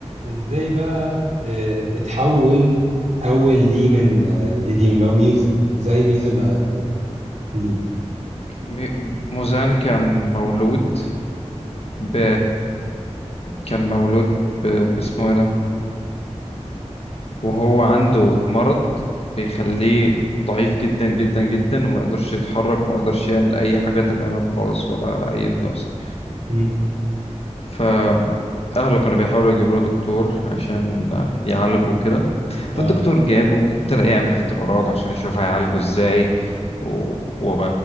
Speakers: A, on the right (about 80°); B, on the left (about 55°).
A: ازاي بقى آه، اتحول اول ديمن آه، لديمن اللي هو ميوزن ازاي ميوزن بقى ديمن
B: م- موزان كان مولود ب... كان مولود ب... باسمه ايه ده وهو عنده مرض بيخليه ضعيف جدا جدا جدا وما يقدرش يتحرك وما يقدرش يعمل اي حاجة تماما خالص ولا اي بنوس
A: مم.
B: فأهله كانوا بيحاولوا يجيبوا له دكتور عشان يعالجه كده
A: اه
B: فالدكتور جابه وابتدى يعمل اختبارات عشان يشوف هيعالجه ازاي و... و...